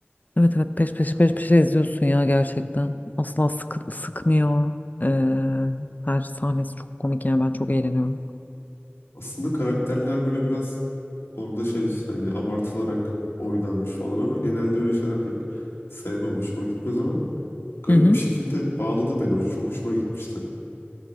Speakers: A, on the left (about 40°); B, on the left (about 75°).
A: Evet evet peş peşe peş peşe izliyorsun ya gerçekten. Asla sık, sıkmıyor. Ee, her sahnesi çok komik yani ben çok eğleniyorum.
B: Aslında karakterler böyle biraz orada şey hani abartılarak oynanmış falan ama genelde öyle şeyler pek sevmem. Hoşuma gitmez ama garip
A: Hı hı.
B: bir şekilde bağladı beni. O çok hoşuma gitmişti.